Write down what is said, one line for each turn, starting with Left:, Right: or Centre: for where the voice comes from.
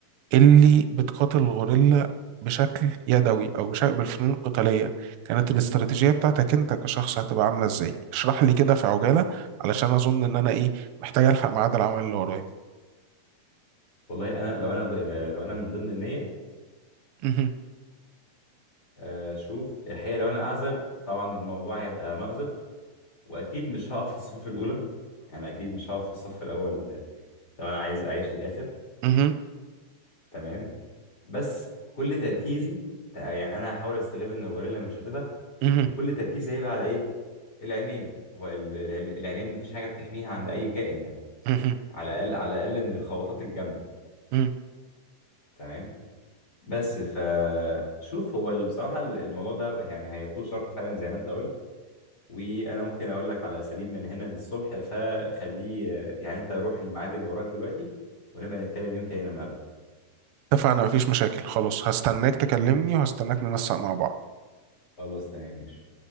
Right: اللي بتقاتل الغوريلا بشكل يدوي او بشكل بالفنون القتاليه كانت الاستراتيجيه بتاعتك انت كشخص هتبقى عامله ازاي اشرح لي كده في عجاله علشان اظن ان انا ايه محتاج الحق ميعاد العمل اللي ورايا
Left: والله انا لو انا لو انا من ضمن المية
Right: مهم.
Left: آه، شوف الحقيقة لو انا اعزل طبعا الموضوع هيبقى مأزق واكيد مش هقف في الصفوف الاولى يعني اكيد مش هقف في الصف الاول لو انا عايز اعيش للاخر
Right: مهم.
Left: تمام بس كل تركيزي تع- يعني انا هحاول استغل ان الغوريلا متشتتة
Right: مهم.
Left: وكل تركيزي هيبقى على ايه العينين هو ال- ال- العينين مفيش حاجة بتحميها عند اي كائن يعني
Right: مهم.
Left: على الاقل على الاقل من الخبطات الجامدة
Right: مهم.
Left: تمام بس فشوف هو ال- بصراحة ال- الموضوع ده يعني هيطول شرحه فعلا زي ما انت قلت وانا ممكن اقول لك على اساليب من هنا للصبح فخليه يعني انت روح الميعاد اللي وراك دلوقتي ونبقى نتكلم يوم تاني لما اقابلك
Right: اتفقنا مفيش مشاكل خلاص هستناك تكلمني وهستناك ننسق مع بعض
Left: خلاص تمام ماشي